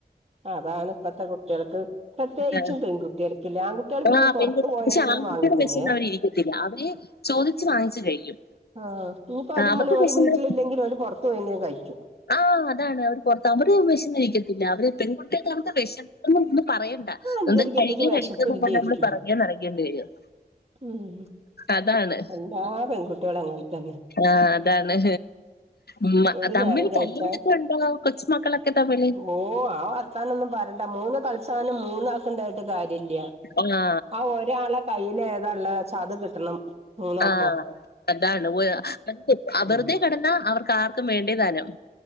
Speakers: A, on the right; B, on the left.
A: അതാണ് ഇപ്പത്തെ കുട്ടികൾക്ക് പ്രത്യേകിച്ചും
B: ആഹ്
A: പെൺകുട്ടികൾക്കില്ലേ ആൺകുട്ടികൾ പിന്നെ
B: ആഹ്
A: പുറത്ത്
B: പെൺകുട്ടി
A: പോയാലെങ്കിലും
B: പക്ഷെ ആൺകുട്ടികള്
A: വാങ്ങി തിന്നുവേ
B: വെഷന്ന അവരിരിക്കത്തില്ല അവര് ചോദിച്ച് വാങ്ങിച്ച് കഴിക്കും
A: ആഹ് ഇനിയിപ്പോ അത്പോലെ ആഹ് തൂക്ക
B: ആ,
A: അതുമണ്
B: അവർക്ക്
A: ഒരു
B: വിശന്ന്
A: വീട്ടിലില്ലെങ്കിലും ഓല് പൊറത്ത് പോയെങ്കിലും കയിക്കും
B: ആഹ് അതാണ് അവര് പൊറത്ത് അവര് വിശന്ന് ഇരിക്കത്തില്ല അവര് പെൺകുട്ടിയൊക്കവർക്ക്‌ വെശക്കുന്ന് ഒന്ന് പറയ ണ്ട അതുകൊണ്ട്
A: ആഹ് എന്തേലും കിട്ടിക്ക്
B: കഴിക്ക്‌
A: വിശപ്പ്
B: കഴിക്ക്ന്ന്
A: ഇല്ലേരിക്കും
B: പറഞ്ഞ് നമ്മള് പെറകേ നടക്കേണ്ടി വരും
A: ഉം
B: അതാണ്
A: എല്ലാ പെൺകുട്ടികളും അങ്ങനെത്തന്നെ
B: ആഹ് അതാണ് ഉമ്മ
A: ഒരു
B: തമ്മില്
A: നേരം കഴിച്ചാ
B: തല്ലുപിടത്തൊണ്ടോ കൊച്ചുമക്കളൊക്കെ തമ്മില്
A: ഓ ആഹ് ആക്കാനൊന്നും പറയണ്ട മൂന്ന് കളിസാനം മൂന്നാക്കൊണ്ടായിട്ട് കാര്യല്ല
B: ആ
A: ആഹ് ഒരാളെ കയ്യില് ഏതാ ഉള്ളെന്ന് വെച്ച അത് കിട്ടണം മൂന്നാക്കോ
B: ആഹ് അതാണ് വെ അഹ് വെറുതെ
A: ഉം
B: കെടന്ന അവർക്ക് ആർക്കും വേണ്ടേ താനും